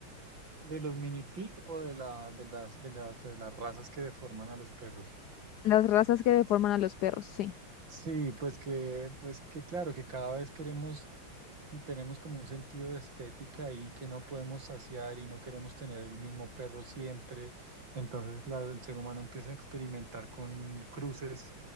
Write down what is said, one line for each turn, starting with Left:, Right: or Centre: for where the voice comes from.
Right: ¿De los mini pig o de la, de las, de las, de las razas que deforman a los perros?
Left: Las razas que deforman a los perros, sí.
Right: Sí, pues que, pues que claro, que cada vez queremos, tenemos como un sentido de estética y que no podemos saciar y no queremos tener el mismo perro siempre. Entonces la- el ser humano empieza a experimentar con cruces